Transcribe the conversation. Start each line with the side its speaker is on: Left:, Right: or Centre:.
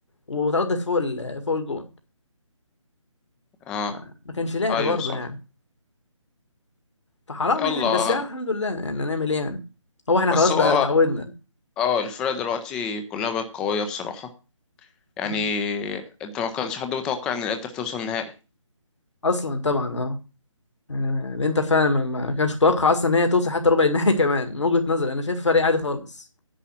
Left: وتردت فوق ال... فوق الجون
Centre: اه
Left: ما ما كانش لعبة
Centre: ايوه
Left: برضه
Centre: صح
Left: يعني فحرام
Centre: يلا
Left: يعني بس أنا الحمد لله يعني هنعمل ايه يعني هو احنا
Centre: بس
Left: خلاص
Centre: هو
Left: بقى اتعودنا
Centre: اه الفرقة دلوقتي كلها بقت قوية بصراحة يعني
Left: م.
Centre: انت ما كانش حد متوقع ان الانتر توصل نهائي
Left: اصلا طبعا اه يعني الانتر فعلا ما ما كانش متوقع اصلا ان هي توصل حتى ربع النهائي <laughs> كمان من وجهة نظري انا شايف فريق عادي خالص